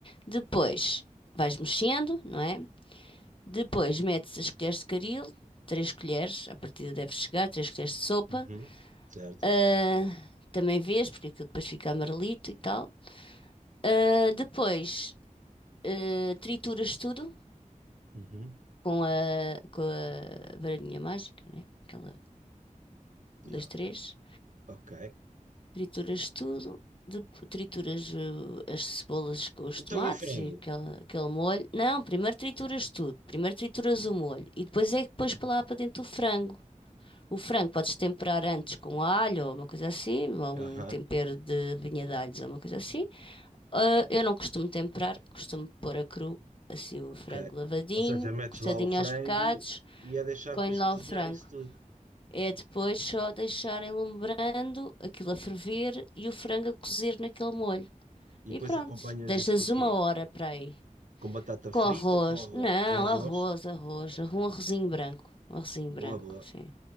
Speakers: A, on the left; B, on the right.
A: Depois vais mexendo, não é? Depois metes as colheres de caril, três colheres, à partida deve chegar, três colheres de sopa.
B: Uhum. Certo.
A: Ah, também vês, porque aquilo depois fica amarelito e tal. Ah, depois ah, trituras tudo
B: Uhum.
A: com a, com a varinha mágica, né? Aquela,
B: Yeah.
A: dois, três.
B: Ok.
A: Trituras tudo, de trituras uh, as cebolas com os
B: Então
A: tomates
B: e o frango?
A: e aquele, aquele molho. Não, primeiro trituras tudo, primeiro trituras o molho e depois é que pões para lá para dentro o frango. O frango podes temperar antes com alho ou uma coisa assim, ou
B: Aham,
A: um tempero de vinha de alhos ou uma coisa assim. Ah, eu não costumo temperar, costumo pôr a cru, assim o
B: ok.
A: frango lavadinho,
B: Ou seja, metes
A: cortadinho
B: lá o frango
A: aos bocados,
B: e é deixar
A: ponho
B: depois
A: lá
B: cozinhar
A: o frango.
B: isso tudo.
A: É depois só deixar enlumbrando, aquilo a ferver e o frango a cozer naquele molho.
B: E
A: E
B: depois
A: pronto,
B: acompanhas
A: deixas
B: isso com o
A: uma
B: quê?
A: hora para aí.
B: Com batata
A: Com
B: frita
A: arroz.
B: ou com arroz?
A: Não,
B: Com arroz?
A: arroz, arroz.
B: Ok,
A: Um arrozinho
B: arroz.
A: branco. Um arrozinho
B: Boa,
A: branco,
B: boa,
A: sim.